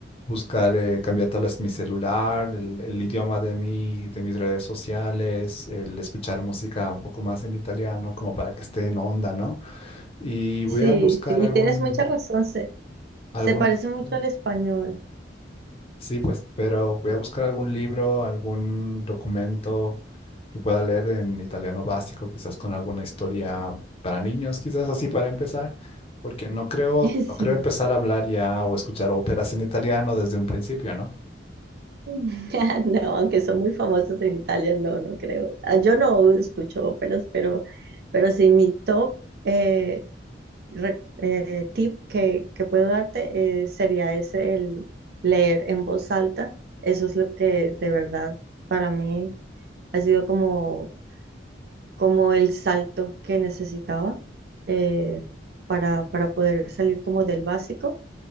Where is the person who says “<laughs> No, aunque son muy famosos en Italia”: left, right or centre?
Right